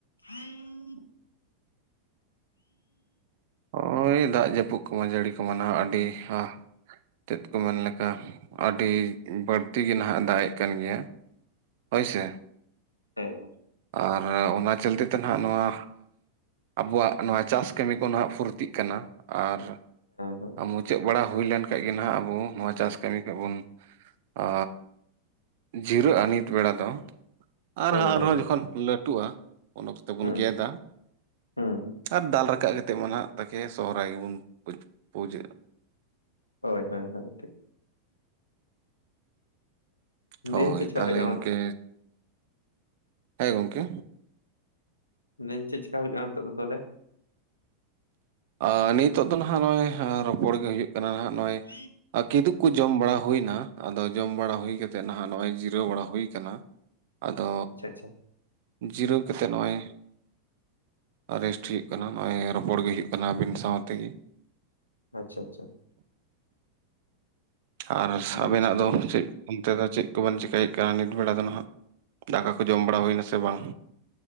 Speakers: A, on the left; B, on the right.
A: ᱦᱩᱸ
B: ᱱᱚᱜᱼᱚᱭ ᱫᱟᱜ ᱡᱟᱹᱯᱩᱜ ᱠᱚᱢᱟ ᱡᱟᱹᱲᱤ ᱠᱚᱢᱟ ᱱᱟᱦᱟᱜ ᱟᱹᱰᱤ ᱦᱟ ᱛᱮᱫ ᱠᱚ ᱢᱮᱱ ᱞᱮᱠᱟ ᱟᱹᱰᱤ ᱵᱟᱹᱲᱛᱤ ᱜᱤ ᱱᱟᱦᱟᱜ ᱫᱟᱜᱼᱮᱜ ᱠᱟᱱ ᱜᱮᱭᱟ ᱦᱳᱭ ᱥᱮ
A: ᱦᱮᱸ
B: ᱟᱨ ᱚᱱᱟ ᱪᱟᱹᱞᱛᱤ ᱛᱮ ᱱᱟᱦᱟᱜ ᱱᱚᱣᱟ ᱟᱵᱚᱣᱟᱜ ᱱᱚᱣᱟ ᱪᱟᱥ ᱠᱟᱹᱢᱤ ᱠᱚ ᱱᱟᱦᱟᱜ ᱯᱷᱩᱨ ᱛᱤᱜ ᱠᱟᱱᱟ ᱟᱨ
A: ᱦᱮᱸ
B: ᱢᱩᱪᱟᱹᱫ ᱵᱟᱲᱟ ᱦᱩᱭ ᱞᱮᱱ ᱛᱮᱜ ᱜᱮ ᱱᱟᱦᱟᱸᱜ ᱟᱵᱚ ᱱᱚᱣᱟ ᱪᱟᱥ ᱠᱟᱹᱢᱤ ᱠᱷᱚᱡ ᱵᱚᱱ ᱟ ᱡᱤᱨᱟᱹᱜᱼᱟ ᱱᱤᱛ ᱵᱮᱲᱟ ᱫᱚ ᱟᱨ
A: ᱦᱳᱭ
B: ᱦᱟᱸᱜ ᱟᱨᱦᱚᱸ
A: ᱦᱳᱭ
B: ᱡᱚᱠᱷᱚᱱ ᱞᱟᱹᱴᱩᱜᱼᱟ ᱚᱱᱟ ᱚᱠᱛᱚ ᱵᱚᱱ
A: ᱦᱩᱸ
B: ᱜᱮᱫᱟ
A: ᱦᱩᱸ
B: ᱟᱨ ᱫᱟᱞ ᱨᱟᱠᱟᱜ ᱠᱟᱛᱮᱜ ᱢᱟ ᱱᱟᱦᱟᱜ ᱛᱟᱠᱮ ᱥᱚᱦᱨᱟᱭ ᱜᱮᱵᱚᱱ ᱯᱩᱡ ᱯᱩᱡᱟᱹᱭ
A: ᱦᱳᱭ ᱦᱳᱭ ᱦᱳᱭ ᱴᱷᱤᱠ
B: ᱦᱳᱭ
A: ᱫᱤᱭᱮ ᱪᱮᱫ ᱪᱮᱠᱟ
B: ᱛᱟᱦᱚᱞᱮ
A: ᱦᱩᱭᱩᱜ ᱠᱟᱱᱟ
B: ᱜᱚᱝᱠᱮ ᱦᱮᱸ ᱜᱚᱝᱠᱮ
A: ᱱᱮᱧ ᱪᱮᱫ ᱪᱮᱠᱟ ᱦᱩᱭᱩᱜ ᱠᱟᱱᱟ ᱱᱤᱛᱚᱜ ᱫᱚ ᱛᱚᱦᱞᱮ
B: ᱟ ᱱᱤᱛᱚᱜ ᱫᱚ ᱱᱟᱦᱟᱸᱜ ᱱᱚᱜᱼᱚᱭ ᱨᱚᱯᱚᱲ ᱜᱮ ᱦᱩᱭᱩᱜ ᱠᱟᱱᱟ ᱦᱟᱸᱜ ᱱᱚᱜᱼᱚᱭ
A: ᱦᱩᱸ
B: ᱠᱤᱫᱩᱠ ᱠᱚ ᱡᱚᱢ ᱵᱟᱲᱟ ᱦᱩᱭᱱᱟ ᱟᱫᱚ ᱡᱚᱢ ᱵᱟᱲᱟ ᱦᱩᱭ ᱠᱟᱛᱮᱜ ᱱᱟᱦᱟᱜ ᱱᱚᱜᱼᱚᱭ ᱡᱤᱨᱟᱹᱣ ᱵᱟᱲᱟ ᱦᱩᱭ ᱠᱟᱱᱟ ᱟᱫᱚ
A: ᱟᱪᱪᱷᱟ ᱟᱪᱪᱷᱟ
B: ᱡᱤᱨᱟᱹᱣ ᱠᱟᱛᱮᱜ ᱱᱚᱜᱼᱚᱭ ᱟᱨᱮᱥᱴ ᱦᱩᱭᱩᱜ ᱠᱟᱱᱟ ᱱᱚᱜᱼᱚᱭ ᱨᱚᱯᱚᱲ ᱜᱮ ᱦᱩᱭᱩᱜ ᱠᱟᱱᱟ ᱟᱹᱵᱤᱱ ᱥᱟᱶᱛᱮ ᱜᱮ
A: ᱟᱪᱪᱷᱟ ᱟᱪᱪᱷᱟ
B: ᱟᱨ ᱥᱟᱵᱮᱱᱟᱜ
A: ᱢᱚᱸᱡᱽ ᱜᱮ
B: ᱫᱚ ᱪᱮᱫ ᱚᱱᱛᱮ ᱫᱚ ᱪᱮᱫ ᱠᱚᱵᱮᱱ ᱪᱮᱠᱟᱭᱮᱜ ᱠᱟᱱ ᱱᱤᱛ ᱵᱮᱲᱟ ᱫᱚ ᱱᱟᱦᱟᱜ ᱫᱟᱠᱟ ᱠᱚ ᱡᱚᱢ ᱵᱟᱲᱟ ᱦᱩᱭᱱᱟ ᱥᱮ ᱵᱟᱝ